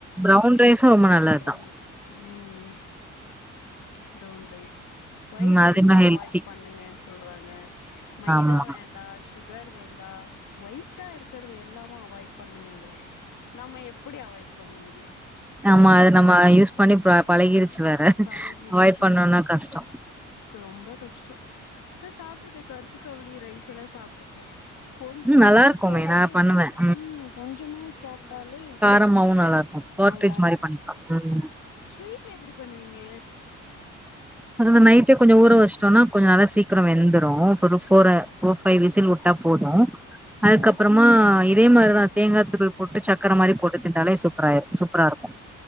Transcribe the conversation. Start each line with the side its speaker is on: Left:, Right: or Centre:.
Centre: ப்ரவுன் ரைஸும் ரொம்ப நல்லது
Left: சொல்றாங்க
Centre: தான்.
Left: ம் பிரவுன் ரைஸ் ஒயிட்
Centre: ம். அது
Left: ரைஸா
Centre: இன்னும்
Left: அவாய்ட்
Centre: ஹெல்த்தி.
Left: பண்ணுங்கன் சொ சொல்றாங்க மைதா
Centre: ஆமா.
Left: வேண்டா சு சுகர் வேண்டா ஒயிட்டா இருக்கறது எல்லாமு அவாய்ட் பண்ணுங்க அ நம்ம எப்புடி அவாய்ட் பண்ண முடியு
Centre: ஆமா
Left: கண்
Centre: அது நம்ம யூஸ் பண்ணி ப பழகிருச்சு வேற
Left: பழகிடுச்சு
Centre: அவாய்ட் பண்ணுனா கஷ்ட
Left: ரொம்ப கஷ்டோ ஏ சாப்ட்ருக்கே கருப்பு கவுணி ரைஸ் எல்லா சாப்ட்ருக்கே கொஞ்சமா
Centre: நல்லாருக்குமே!
Left: சாப்ட்டாலே
Centre: நான் பண்ணுவேன்.
Left: ம் கொஞ்சமா சாப்ட்டாலே
Centre: ரொம்பவு நல்லாருக்கு போர்ட்ரிஜ்
Left: நல்லா இருக்கு
Centre: மாரி பண்ணிக்கலா ம் ம்
Left: ஸ்வீட்ல எப்டி பண்ணுவீங்க
Centre: அத இந்த நைட்டே கொஞ்ச ஊர வச்சுடோனா கொஞ்ச நல்லா சீக்கிர வெந்துரு ஒரு ஃபோர ஃபோர் ஃபைவ் விசில் வுட் ட்டா போது அதுக்கப்பறமா
Left: ம்
Centre: இதே மாரிதா தேங்கா துருவல் போட்டு சக்கர மாரி போட்டு தின்டாலே சூப் பரா சூப்பரா இருக்கு